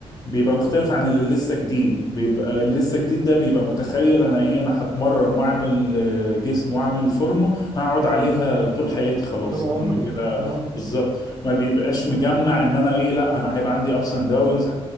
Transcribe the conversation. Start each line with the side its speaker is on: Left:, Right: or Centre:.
Left: بيبقى مختلف
Right: مم.
Left: عن اللي لسه جديد بيبقى اللي لسه جديد ده بيبقى متخيل انا ايه انا هتمرن واعمل آه، جسم واعمل فورمة هقعد عليها طول حياتي خلاص
Right: طول عمري
Left: انا من كده
Right: اه
Left: بالظبط ما بيبقاش مجمع ان انا ايه لا انا هيبقى عندي ابس اند داونز